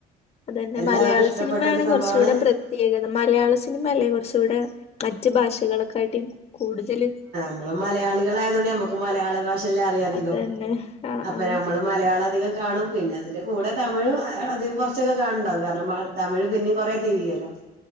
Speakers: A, on the left; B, on the right.
A: അതന്നെ
B: എല്ലാവർക്കും
A: മലയാളസിനിമേണ്
B: ഇഷ്ടപ്പെട്ട ഒരു സംഭവമാണ്
A: കൊറ്ച്ചൂടെ പ്ര ത്യേകത മലയാളസിൻമല്ലേ കൊറ്ച്ചൂടെ മറ്റുഭാഷകളെക്കാട്ടിം കൂടുതല്
B: മ്മള് മലയാളികളയതോണ്ട് നമ്മ്ക്ക് മലയാളഭാഷല്ലെ അറിയാധികം
A: അതന്നെ ആഹ്
B: അപ്പ
A: ആഹ്
B: നമ്മള് മലയാളഅധികംകാണും പിന്നഅതിന്റെകൂടെ തമിഴും അധികം കൊറ്ച്ചൊക്കെകാണണ്ടാവും കാര്ണം തമിഴ് പിന്നിം കൊറേതിരിയലൊ